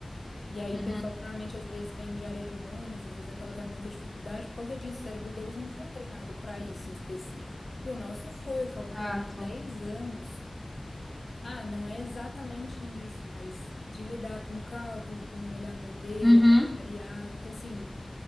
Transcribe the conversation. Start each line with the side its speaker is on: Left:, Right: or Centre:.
Left: E aí,
Centre: Uhum,
Left: pessoal que normalmente às vezes vem de área de humanas, às vezes acaba tendo muita dificuldade por causa disso. O cérebro deles não foi treinado para isso em específico. E o nosso foi. Eu falo,
Centre: exato.
Left: pô, eu tô há 10 anos. Ah, não é exatamente isso, mas de lidar com cálculo, com olhar modelo,
Centre: Uhum,
Left: olhar variável. Então, assim,